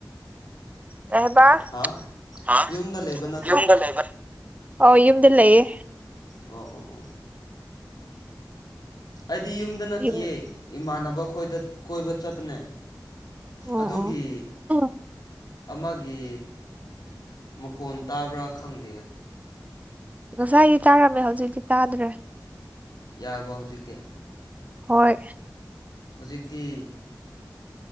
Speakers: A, on the right; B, on the left.
A: ꯀꯩꯍꯥꯏꯕ
B: ꯍꯥ
A: ꯑ
B: ꯌꯨꯝꯗ ꯂꯩꯕ ꯅꯠꯇ꯭ꯔꯣ
A: ꯌꯨꯝꯗ ꯂꯩꯕ ꯑꯧ ꯌꯨꯝꯗ ꯂꯩꯌꯦ꯫
B: ꯑꯣ ꯑꯣ ꯑꯣ꯫ ꯑꯩꯗꯤ ꯌꯨꯝꯗ ꯅꯠꯇꯤꯌꯦ
A: ꯌꯨꯝ
B: ꯏꯃꯥꯟꯅꯕ ꯈꯣꯏꯗ ꯀꯣꯏꯕ ꯆꯠꯄꯅꯦ꯫
A: ꯑꯣ
B: ꯑꯗꯨꯒꯤ
A: ꯑꯣ
B: ꯑꯃꯒꯤ ꯃꯈꯣꯟ ꯇꯥꯕ꯭ꯔꯥ ꯈꯪꯗꯦ꯫
A: ꯉꯁꯥꯏꯗꯤ ꯇꯥꯔꯝꯃꯦ ꯍꯧꯖꯤꯛꯇꯤ ꯇꯥꯗ꯭ꯔꯦ꯫
B: ꯌꯥꯔꯕꯣ ꯍꯧꯖꯤꯛꯇꯤ꯫
A: ꯍꯣꯏ꯫
B: ꯍꯧꯖꯤꯛꯇꯤ